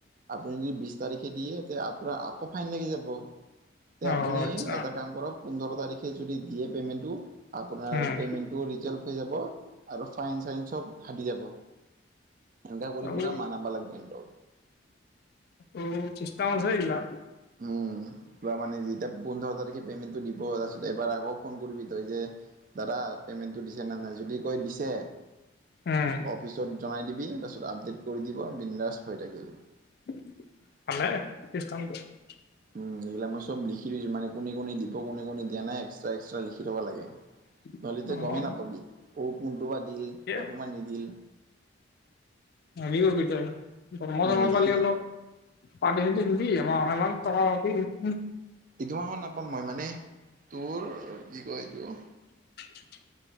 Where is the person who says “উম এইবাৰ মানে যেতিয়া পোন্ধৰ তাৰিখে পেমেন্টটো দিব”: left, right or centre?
Right